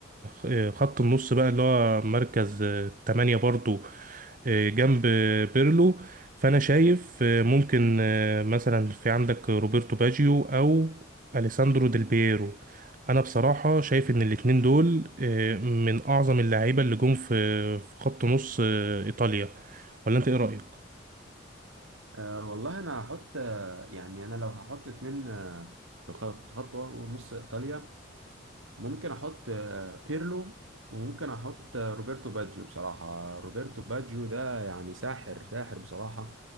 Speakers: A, on the right (about 40°); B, on the right (about 85°).
A: لخط النص بقى اللي هو مركز آه، تمانية برضو آه، جنب آه، بيرلو فانا شايف آه، ممكن آه، مثلا في عندك روبرتو باجيو او اليساندرو ديل بييرو انا بصراحة شايف ان الاتنين دول آه، من اعظم اللعيبة اللي جم في في خط نص آه، ايطاليا ولا انت ايه رأيك؟
B: أه والله انا هحط آه، يعني انا لو هحط اتنين آه، في خ- في خط نص ايطاليا ممكن احط آه، بيرلو وممكن احط آه، روبرتو باجيو بصراحة روبرتو باجيو ده يعني ساحر ساحر بصراحة